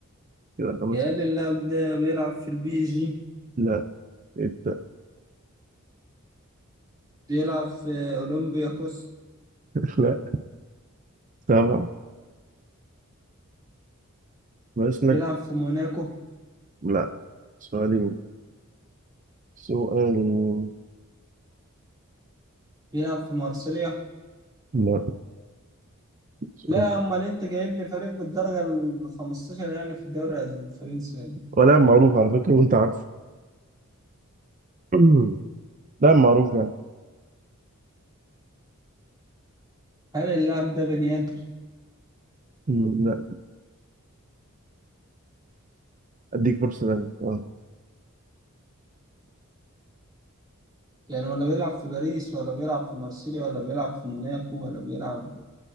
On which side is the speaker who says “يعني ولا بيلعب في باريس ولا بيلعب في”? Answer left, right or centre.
Right